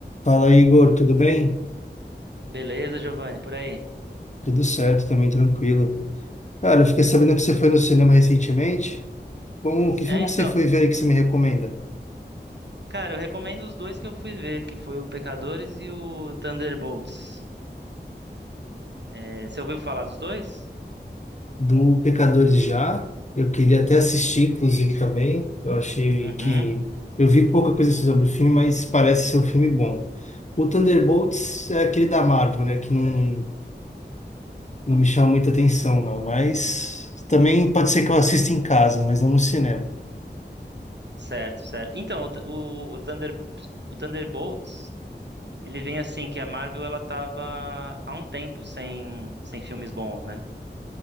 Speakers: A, on the left; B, on the right.
A: Fala Igor, tudo bem?
B: Beleza, Giovanni, por aí.
A: Tudo certo, também tranquilo. Cara, eu fiquei sabendo que você foi no cinema recentemente. Como, que
B: É,
A: filme
B: então,
A: que você foi ver aí que você me recomenda?
B: cara, eu recomendo os dois que eu fui ver, que foi o Pecadores e o Thunderbolts. É, você ouviu falar dos dois?
A: Do Pecadores Já. Eu queria até assistir, inclusive, também. Eu achei
B: Uhum,
A: que. Eu vi pouca coisa assim sobre o filme, mas parece ser um filme bom. O Thunderbolts é aquele da Marvel, né? Que não, não me chama muita atenção, não. Mas também pode ser que eu assista em casa, mas não no cinema.
B: certo, certo. Então, o, Th- o, o Thunder, o Thunderbolts, ele vem assim, que a Marvel, ela tava há um tempo sem, sem filmes bons, né?